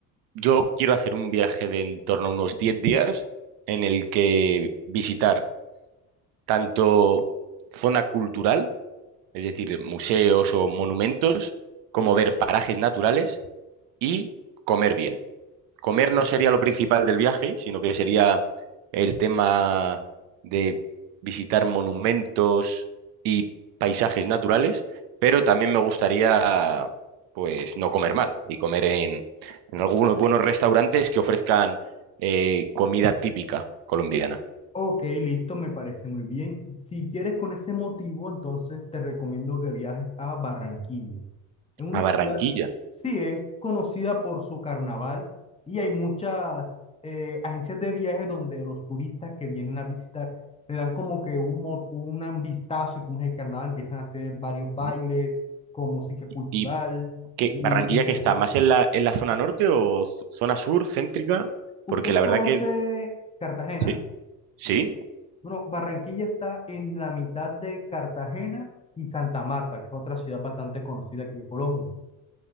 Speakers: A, on the right; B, on the left.
A: yo quiero hacer un viaje de en torno a unos 10 días en el que visitar tanto zona cultural, es decir, museos o monumentos, como ver parajes naturales y comer bien. Comer no sería lo principal del viaje, sino que sería el tema de visitar monumentos y paisajes naturales, pero también me gustaría, pues, no comer mal y comer en, en algunos buenos restaurantes que ofrezcan eh, comida típica colombiana.
B: Ok, listo, me parece muy bien. Si quieres con ese motivo, entonces te recomiendo que viajes a Barranquilla. Es una
A: A
B: ciudad,
A: Barranquilla.
B: sí, es conocida por su carnaval y hay muchas eh, agencias de viajes donde los turistas que vienen a visitar le dan como que un, mo- un vistazo de cómo es el carnaval, empiezan a hacer varios bailes
A: Mm.
B: con música cultural
A: ¿Y qué,
B: y
A: Barranquilla
B: muchas
A: que está?
B: cosas.
A: ¿Más en la, en la zona norte o z- zona sur, céntrica?
B: ¿Usted
A: Porque la
B: conoce
A: verdad que...
B: Cartagena?
A: Sí. ¿Sí?
B: Bueno, Barranquilla está en la mitad de Cartagena y Santa Marta, que es otra ciudad bastante conocida aquí de Colombia.